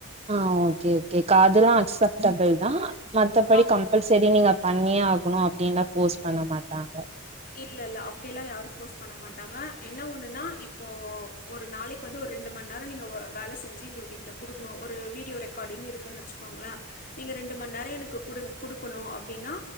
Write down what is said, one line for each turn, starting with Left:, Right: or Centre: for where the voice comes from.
Right: ஆ ஓகே ஓகேகா அதுலா அக்சப்டபுள் தா மத்தபடி
Left: ஆமா
Right: கம்ப்பல்சரி
Left: ஆமா
Right: நீங்க பண்ணியே ஆக் கணு அப்டின்லா போர்ஸ் பண்ண மாட்டாங்க
Left: இல்ல இல்ல அப்டியெல்லா யாரு போர்ஸ் பண்ண மாட்டாங்க என்ன ஒன்னு நா இப்போ ஒரு நாளைக் வந்து ஒரு ரெண்டு மணி நேரம் நீங்க வேலை செஞ்சு எங்களுக்கு இந்த குடுக்ணு ஒரு வீடியோ ரெக்கார்டிங் இருக்குன் வச்சுக்கோங்கள நீங்க ரெண்டு மண் நேர எனக்கு குடுங் குடுக்குணு அப்டின்னா